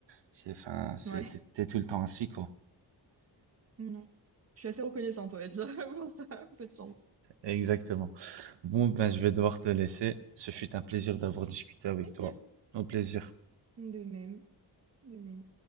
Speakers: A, on the right; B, on the right.
A: C'est, enfin, c'est,
B: Ouais,
A: t'es, t'es tout le temps ainsi, quoi.
B: non. Je suis assez reconnaissante, on va dire, <laughs> pour ça, pour cette chance.
A: Exactement. Bon, ben, je vais devoir te laisser. Ce fut un plaisir d'avoir discuté avec
B: Ok.
A: toi. Au plaisir.
B: De même, de même.